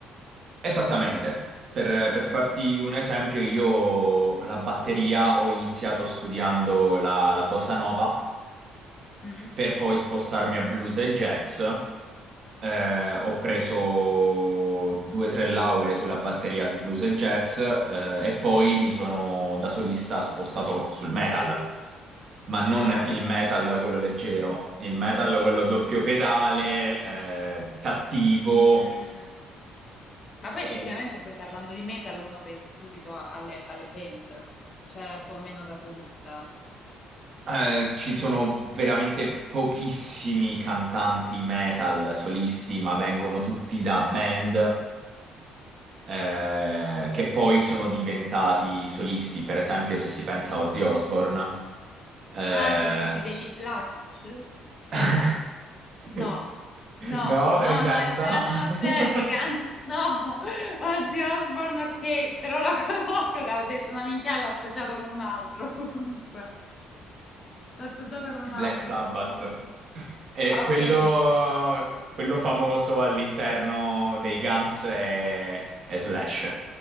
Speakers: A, on the right; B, on the left.
A: esattamente. Per, per farti un esempio, io la batteria ho iniziato studiando la, la bossa nova
B: Mm?
A: per poi spostarmi a blues e jazz. Eh, ho preso due o tre lauree sulla batteria su blues e jazz, eh, e poi mi sono da solista spostato sul metal, ma non
B: Ah,
A: il
B: ecco.
A: metal quello leggero, il metal quello doppio pedale, eh, cattivo.
B: Mm, mm, mm. Ma poi
A: Eh,
B: effettivamente poi parlando di metal uno pensa subito a- alle, alle band, c'è un po' meno da solista.
A: Eh, ci sono veramente pochissimi cantanti metal solisti, ma vengono tutti da band. eh, che poi sono diventati solisti. Per esempio, se si pensa a Ozzy Osbourne, eh,
B: Ah sì sì sì, degli Slash?
A: <laughs>
B: No, no,
A: No, ritenta.
B: no, no, Slash
A: <laughs>
B: no, se, The Guns, N' no, <laughs> Ozzy Osbourne ok, però la <laughs> conosco, te l'ho detto una minchia, l'ho associato con un altro <laughs> comunque, l'ho associato con
A: i
B: un
A: Black
B: altro
A: Sabbath,
B: però sì, lo so.
A: e
B: Ok,
A: quello,
B: Black Sabbath,
A: quello famoso all'interno dei Guns è, è Slash.